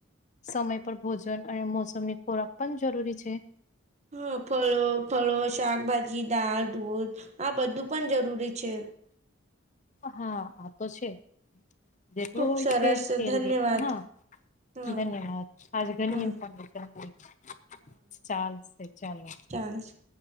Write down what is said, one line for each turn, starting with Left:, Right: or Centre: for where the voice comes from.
Left: સમય પર ભોજન અને મોસમની ખોરાક પણ જરૂરી છે.
Right: હા ફળો ફળો શાકભાજી દાળ દૂધ આ બધું પણ જરૂરી છે.
Left: હા આ તો છે જેટલું
Right: ખુબ
Left: હોય
Right: સરસ
Left: છે હ
Right: ધન્યવાદ
Left: હા
Right: હા
Left: ધન્યવાદ આજ ઘણી
Right: હા
Left: ફ <unintelligible> ચાલશે ચાલો!
Right: ચાન્સ